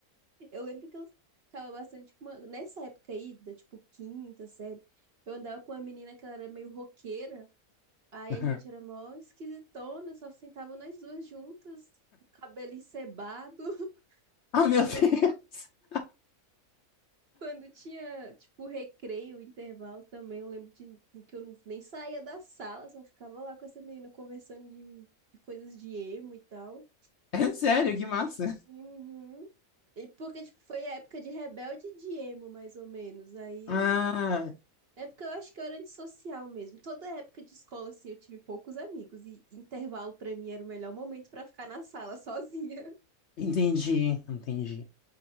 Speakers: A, on the right; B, on the left.
A: Eu lembro que eu ficava bastante com uma... Nessa época aí, da tipo quinta série, eu andava com uma menina que ela era meio roqueira. Aí
B: <laughs>
A: a gente era mó esquisitona, só sentava nós duas juntas, cabelo encebado. <laughs>
B: Ah, meu Deus!
A: Quando
B: <laughs>
A: Quando tinha, tipo, recreio, intervalo também, eu lembro de que eu não, nem saía da sala, só ficava lá com essa menina conversando de, de coisas de emo e tal.
B: É sério, que massa!
A: Uhum. E porque, tipo, foi a época de rebelde e de emo, mais ou menos. Aí
B: Ah,
A: eu. É porque eu acho que eu era antissocial mesmo. Toda época de escola, assim, eu tive poucos amigos. E intervalo, pra mim, era o melhor momento pra ficar na sala sozinha. <laughs>
B: entendi, entendi.